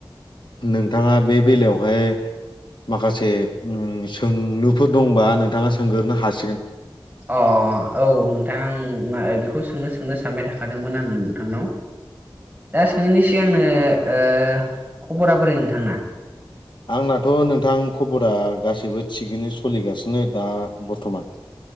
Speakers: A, on the left; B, on the right.
A: नोंथाङा बे बेलायावहाय माखासे सोंनोफोर दंबा नोंथाङा सोंगोरो हासिगोन
B: अ औ नोंथां म बेखौ सोंनो सोंनो सानबाय थाखादोंमोन आंनो नोंथांनाव दा सोंनि सिगां आंनो ओ ओ खबरा बोरै नोंथांना
A: आंनाथ' नोंथां खबरा गासैबो थिगैनो सोलिगासिनो दा बर्थ'मान